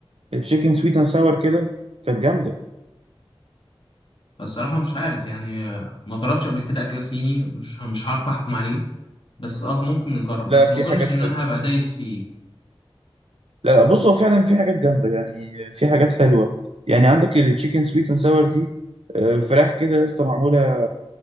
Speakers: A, on the right (about 80°); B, on the left (about 55°).
A: تشيكن سويت اند ساور كده كانت جامدة
B: الصراحة مش عارف يعني آه، ما جربتش قبل كده اكل صيني مش مش هعرف احكم عليه بس اه ممكن نجرب
A: لا
B: بس
A: في
B: ما اظنش
A: حاجات
B: ان
A: حلوة
B: انا هبقى دايس فيه
A: لا لا بص هو فعلا في حاجات جامدة يعني في حاجات حلوة يعني عندك التشيكن سويت اند ساور دي آه، فراخ كده يا اسطى معمولة